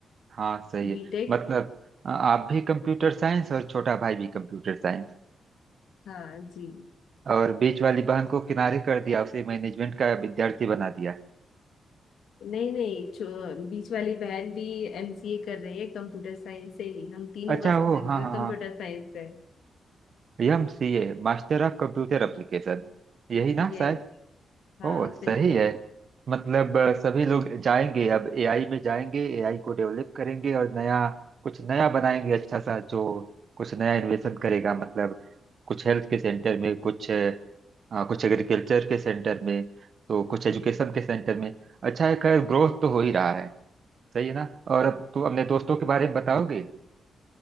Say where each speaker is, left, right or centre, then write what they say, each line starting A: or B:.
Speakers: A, on the right; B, on the left.
A: हाँ सही है
B: बीटेक
A: मतलब आ, आप भी कंप्यूटर साइंस और छोटा भाई भी कंप्यूटर साइंस
B: हाँ जी
A: और बीच वाली बहन को किनारे कर दिया उसे मैनेजमेंट का विद्यार्थी बना दिया
B: नहीं नहीं छो बीच वाली बहन भी एमसीए कर रही है कंप्यूटर साइंस से ही हम तीनों
A: अच्छा
B: का सब्जेक्ट
A: वो हाँ
B: जो है
A: हाँ हाँ
B: कंप्यूटर साइंस है
A: M C A master of computer application यही ना
B: यस
A: शायद
B: हाँ
A: ओ सही
B: बिल्कुल
A: है मतलब अ, सभी लोग जाएंगे अब एआई में जाएंगे एआई को डेवलप करेंगे और नया कुछ नया बनाएंगे अच्छा सा जो कुछ नया इन्वेशन करेगा मतलब कुछ हेल्थ के सेंटर में कुछ अ, हाँ, कुछ एग्रीकल्चर के सेंटर में तो कुछ एजुकेशन के सेंटर में अच्छा है खैर ग्रोथ तो हो ही रहा है सही है ना और अब तो अपने दोस्तों के बारे में बताओगे